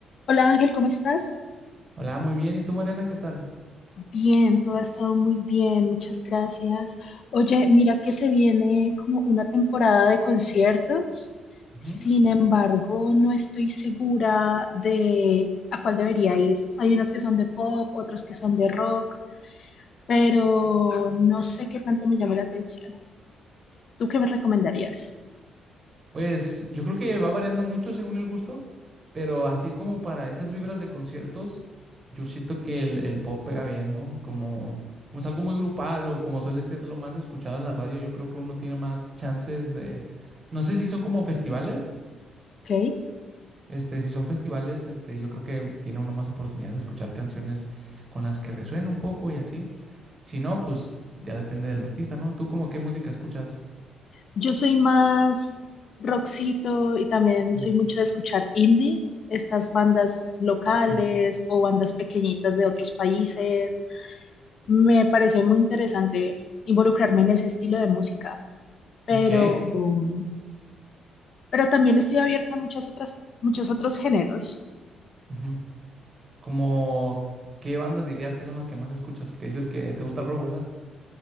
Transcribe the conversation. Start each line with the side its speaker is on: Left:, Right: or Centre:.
Left: Hola Ángel, ¿cómo estás?
Right: Hola, muy bien. ¿Y tú, Mariana, qué tal?
Left: Bien, todo ha estado muy bien, muchas gracias. Oye, mira que se viene como una temporada de conciertos,
Right: Ujú.
Left: sin embargo, no estoy segura de a cuál debería ir. Hay unos que son de pop, otros que son de rock, pero no sé qué tanto me llama la atención. ¿Tú qué me recomendarías?
Right: Pues yo creo que va variando mucho según el gusto, pero así como para esas vibras de conciertos, yo siento que el, el pop pega bien, ¿no? Como, como es algo muy grupal o como suele ser lo más escuchado en la radio, yo creo que uno tiene más chances de... No sé si son como festivales.
Left: ¿Ok?
Right: Este, si son festivales, este, yo creo que tiene uno más oportunidad de escuchar canciones con las que resuena un poco y así. Si no, pues ya depende del artista, ¿no? ¿Tú como qué música escuchas?
Left: Yo soy más rockcito y también
Right: Mm.
Left: soy mucho de escuchar indie, estas bandas locales
Right: Sí.
Left: o bandas pequeñitas de otros países. Me parece muy interesante involucrarme en ese estilo de música, pero,
Right: Ok.
Left: um, pero también estoy abierta a muchas otras, muchos otros géneros.
Right: ujú. Como, ¿qué bandas dirías que son las que más escuchas? Que dices que te gusta el rock, ¿verdad?